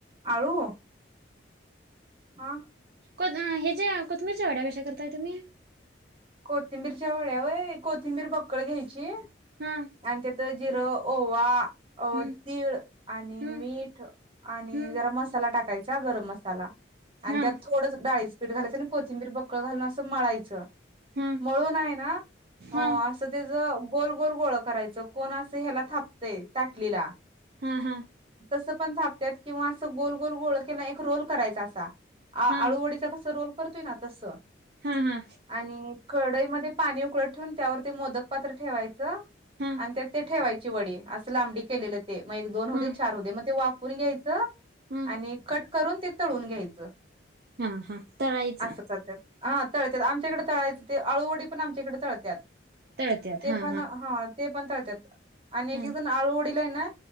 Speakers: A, on the right; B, on the right.
A: आळू <inaudible> हा.
B: कोथं हेज्या कोथिंबिरच्या वड्या कशा करताय तुम्ही?
A: कोथिंबीरच्या वड्या होय? कोथिंबीर बक्कळ घ्यायची
B: हा
A: आणि त्यात जिरं ओवा,
B: हम्म
A: तीळ आणि
B: हम्म
A: मीठ आणि
B: हम्म
A: जरा मसाला टाकायचा. गरम मसाला आणि
B: हा
A: त्यात थोडस डाळीच पीठ घालायचं आणि कोथिंबीर बक्कळ घालून असं मळायचं
B: हा
A: मळून आहे ना अ
B: हा
A: असं अस त्याच गोल गोल गोळ करायचं कोण असं ह्याला थापतय् ताटलीला
B: हा हा.
A: तसं पण थापतात किंवा असं गोल गोल गोळ केलं की ना एक रोल करायचा असा. आ
B: हा
A: आळूवडीचा कस रोल करतोय ना तसं.
B: हा हा.
A: आणि कढईमध्ये पाणी उकळत ठेवून त्यावर ते मोदक पात्र ठेवायचं
B: हा
A: आणि त्यात ते ठेवायची वडी असं लांबडी केलेलं ते मग एक, दोन होऊदे
B: हा
A: मग ते वाफवून घ्यायच.
B: हम.
A: आणि कट करून ते तळून घ्यायचं
B: हा हा तळायचा
A: <inaudible> असं करत्यात. हा तळत्यात आमच्याकडे तळायचं ते अळूवडी पण आमच्याकडे तळत्याात.
B: तळत्यात
A: ते
B: हा
A: पण हा ते पण तळत्यात. आणि एक-एक
B: हा
A: जण आळूवडीला आहे ना